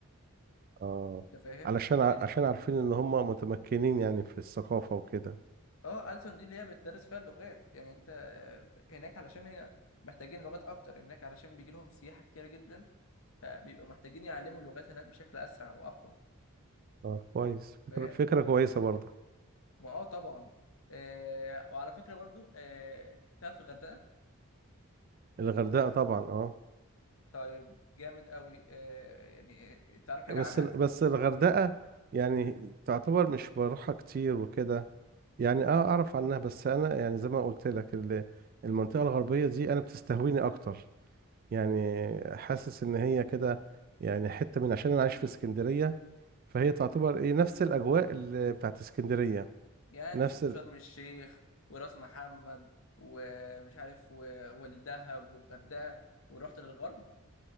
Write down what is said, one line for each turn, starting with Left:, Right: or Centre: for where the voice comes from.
Right: اه
Left: أنت فاهم؟
Right: علشان ع-
Left: يعني
Right: عشان عارفين ان هم متمكنين يعني في الثقافة وكده
Left: أه ألسن دي اللي هي بتدرس فيها اللغات يعني أنت آه، هناك علشان هي محتاجين لغات أكتر هناك علشان بيجي لهم سياحة كتير جدا فبيبقوا محتاجين يعلموا اللغات هناك بشكل أسرع وأقوى
Right: اه كويس فكرة
Left: فاهم؟
Right: فكرة كويسة برضك
Left: ما أه طبعا آه، وعلى فكرة برضو آه، تعرف الغردقة؟
Right: الغردقة طبعا اه
Left: طيب جامد قوي آه، يعني آه، تعرف حاجة
Right: بس
Left: عنها؟
Right: ال- بس الغردقة يعني تعتبر مش بروحها كتير وكده يعني اه اعرف عنها بس انا يعني زي ما قلت لك ال- المنطقة الغربية دي انا بتستهويني اكتر يعني حاسس ان هي كده يعني حتة من عشان انا عايش في اسكندرية فهي تعتبر ايه نفس الاجواء اللي بتاعت اسكندرية
Left: يعني انت
Right: نفس
Left: سبت شرم الشيخ وراس محمد ومش عارف و... والدهب والغردقه ورحت للغرب